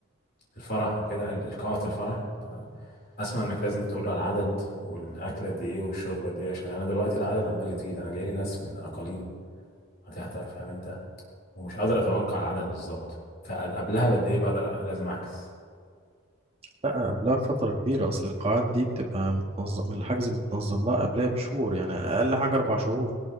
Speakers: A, on the left; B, on the right.
A: للفرح وكده القاعة الفرح تمام أسمع إنك لازم تقول على العدد والأكلة دي إيه والشوربة دي إيه، عشان أنا دلوقتي العدد عمال يزيد أنا جايلي ناس من أقاليم هتحضر فاهم أنت ومش قادر أتوقع العدد بالظبط فقبلها بقد إيه بقدر لازم أحجز
B: لا قبلها بفترة كبيرة أصل القاعات دي بتبقى متنظم الحجز متنظم لها قبلها بشهور يعني أقل حاجة أربع شهور